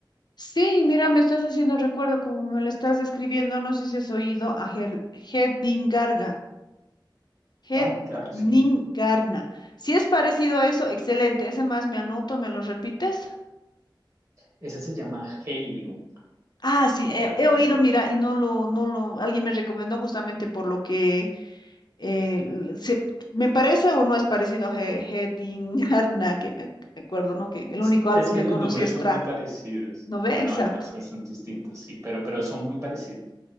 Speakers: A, on the left; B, on the right.
A: Sí, mira, me estás haciendo recuerdo, como me lo estás describiendo, no sé si has oído a Ger- Garga. Het
B: No, claro, sí.
A: Ningarna. Si es parecido a eso, excelente. Esa más me anoto, ¿me lo repites?
B: Esa se llama Heilung.
A: Ah, sí, he,
B: Heilung.
A: he oído, mira, y no lo, no lo, alguien me recomendó justamente por lo que eh, l- se, me parece o no es parecido a He- Hedingarna, <laughs> que me, me acuerdo, ¿no? Que el
B: Es
A: único
B: es
A: álbum
B: que
A: que
B: los
A: <laughs> conocí
B: nombres
A: es
B: son
A: Tra,
B: muy parecidos,
A: ¿no ve?
B: pero
A: Exacto.
B: no, no, no, son, son distintos, sí, pero, pero son muy parecidos.